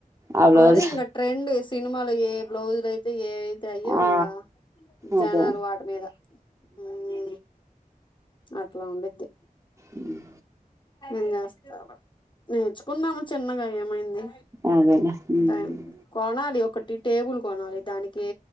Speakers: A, on the right; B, on the left.
A: ఆ బ్లౌజ్
B: అదే ఇంకా ట్రెండ్ సినిమాల ఇంక ఏ బ్లౌజులు అయితే. ఆహ్ ఏవైతే అయే
A: ఆ
B: ఇంకా
A: అదే
B: జనాలు వాటి మీద. ఉమ్ అట్లు ఉండుద్ది.
A: ఉమ్.
B: నేను చేస్తారు నేర్చుకున్నాను చిన్నగా ఏమైంది.
A: అదేలే ఉమ్.
B: టైం కొనాలి ఒకటి టేబుల్ కొనాలి దానికి